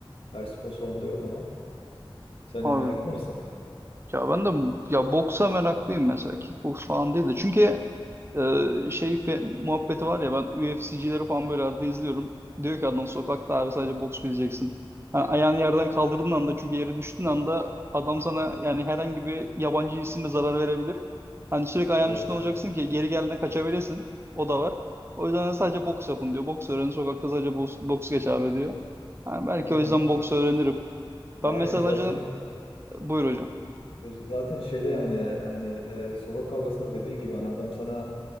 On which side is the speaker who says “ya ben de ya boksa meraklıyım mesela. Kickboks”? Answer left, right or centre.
Right